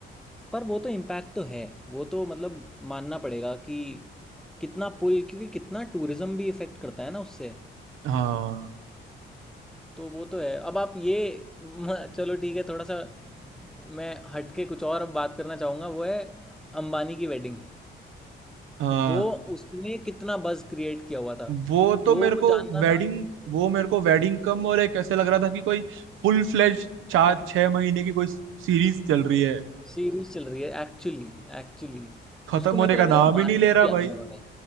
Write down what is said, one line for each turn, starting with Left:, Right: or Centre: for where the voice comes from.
Centre: पर वो तो इम्पैक्ट तो है वो तो मतलब मानना पड़ेगा कि कितना पुल क्योंकि कितना टूरिज्म भी इफ़ेक्ट करता है ना उससे
Right: हाँ
Centre: तो वो तो है अब आप ये <laughs> म- चलो ठीक है थोड़ा सा मैं हट के कुछ और अब बात करना चाहूँगा वो है अंबानी की वेडिंग
Right: हाँ
Centre: वो उसने कितना बज़ क्रिएट किया हुआ था
Right: वो तो
Centre: लोगों
Right: मेरे
Centre: को
Right: को
Centre: जानना
Right: वेडिंग
Centre: था
Right: वो मेरे को वेडिंग कम और एक ऐसे लग रहा था कि कोई फुल फ्लेज चार छह महीने की कोई सीरीज चल रही है
Centre: सीरीज चल रही है एक्चुअली एक्चुअली
Right: खत्म
Centre: उसको मेरे
Right: होने
Centre: को
Right: का
Centre: लग
Right: नाम
Centre: रहा है
Right: ही
Centre: मार्केट
Right: नहीं ले रहा
Centre: किया
Right: भाई
Centre: था उन्होंने